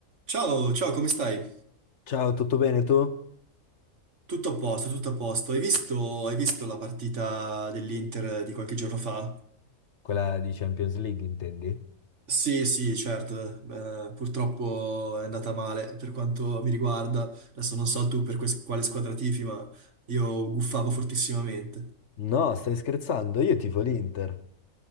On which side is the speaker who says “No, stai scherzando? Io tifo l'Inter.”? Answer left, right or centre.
Left